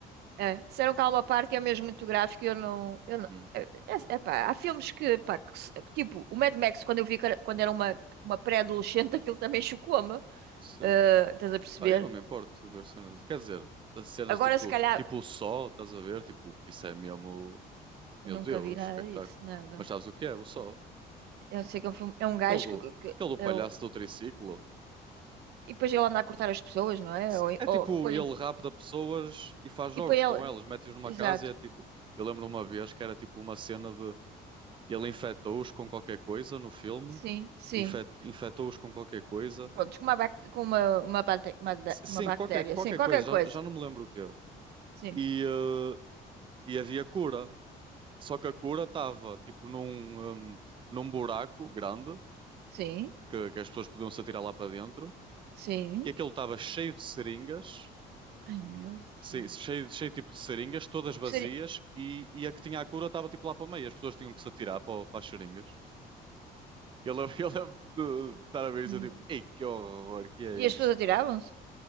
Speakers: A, on the right; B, on the right.
A: é, disseram que há uma parte que é mesmo muito gráfica e eu não... Eu não
B: Hum,
A: é, é, é pá, há filmes que, pá, que se- que tipo, o Mad Max, quando eu vi que era- quando era uma, uma pré-adolescente, <laughs> aquilo também chocou-me.
B: sei.
A: Eh, estás a perceber?
B: Ah, eu não me importo de ver cenas. Quer dizer, as cenas
A: Agora,
B: tipo,
A: se calhar...
B: tipo o Sol, estás a ver? Tipo, que isso é mesmo.
A: Eu
B: Meu
A: nunca
B: Deus,
A: vi nada
B: o que é que
A: disso,
B: está.
A: nada.
B: Mas sabes o que é? O Sol.
A: Eu sei que é um filme, é um gajo
B: Aquele do,
A: que, que, que
B: aquele do palhaço
A: é o-
B: do triciclo.
A: e depois ele anda a cortar as pessoas, não é?
B: Se-
A: Ou,
B: É
A: ou,
B: tipo,
A: põe-
B: ele rapta pessoas e faz jogos
A: e põe ele.
B: com elas, mete-os numa
A: Exato.
B: casa e é tipo. Eu lembro uma vez que era tipo uma cena de. Ele infectou-os com qualquer coisa no filme,
A: Sim, sim.
B: infec- infectou-os com qualquer coisa.
A: Pronto, com uma, bac- com uma, uma, bate- uma, da-
B: S-
A: uma
B: Sim,
A: bactéria.
B: qualquer, qualquer
A: Sim, qualquer
B: coisa,
A: coisa.
B: já, já não me lembro o quê.
A: Sim,
B: E, eh, e havia cura, só que a cura estava tipo num, hum, num buraco grande
A: sim,
B: que, que as pessoas podiam se atirar lá para dentro,
A: sim.
B: que aquilo estava cheio de seringas,
A: Ai, meu
B: se-
A: Deus.
B: cheio, cheio tipo de seringas, todas vazias,
A: Seria-
B: e, e a que tinha a cura estava tipo lá para o meio, as pessoas tinham que se atirar para, o- para as seringas. Eu lembro, <laughs> eu lembro de de estar a ver isso,
A: Hum.
B: eu tipo, ei, que horror, que é
A: E as
B: isto?
A: pessoas atiravam-se?